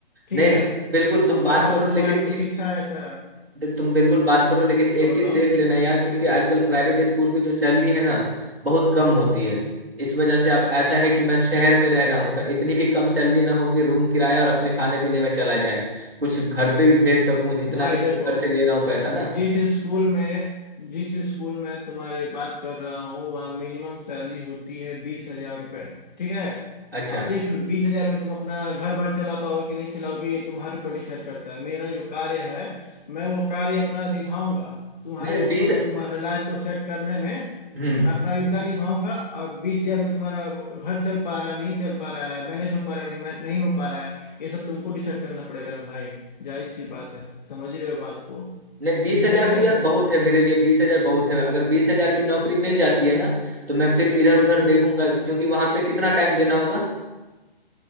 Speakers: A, on the left; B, on the right.
A: ठीक
B: नहीं
A: है
B: बिल्कुल तुम
A: अब
B: बात
A: बताओ
B: करो
A: तुम्हारा
B: लेकिन
A: कुछ
B: एक
A: इच्छा है ऐसा
B: तुम बिल्कुल बात करो लेकिन एक
A: हाँ बताओ
B: चीज देख लेना यार क्योंकि आजकल प्राइवेट स्कूल की जो सैलरी है ना बहुत कम होती है इस वजह से अब ऐसा है कि मैं शहर में रह रहा हूँ तो इतनी भी कम सैलरी ना हो कि रूम किराया और अपने खाने पीने में चला जाए कुछ घर पे भी भेज सकूँ जितना
A: भाई
B: दिन
A: देखो
B: से घर से ले रहा हूँ पैसा ना
A: जिस स्कूल में जिस स्कूल में तुम्हारे बात कर रहा हूँ वहाँ मिनिमम सैलरी होती है बीस हजार रुपए ठीक है
B: अच्छा
A: अब देख लो बीस हजार में तुम अपना घर बार चला पाओगे कि नहीं चलाओगे ये तुम्हारे ऊपर डिसाइड करता है मेरा जो कार्य है मैं वो कार्य अपना निभाऊंगा तुम्हारे
B: नहीं बीस
A: मतलब तुम्हारे लाइफ को सेट करने में
B: हम्म
A: मैं अपना योगदान निभाऊंगा और बीस हजार में तुम्हारा घर चल पा रहा है नहीं चल पा रहा है मैनेज हो पा रहा है नहीं नहीं हो पा रहा है ये सब तुमको डिसाइड करना पड़ेगा ना भाई जायज सी बात है समझ रहे हो बात को
B: नहीं बीस हजार
A: है कि नहीं
B: तो यार बहुत है मेरे लिए बीस हजार बहुत है अगर बीस हजार की नौकरी मिल जाती है ना तो मैं फिर इधर उधर देखूंगा क्योंकि वहां पे कितना टाइम देना होगा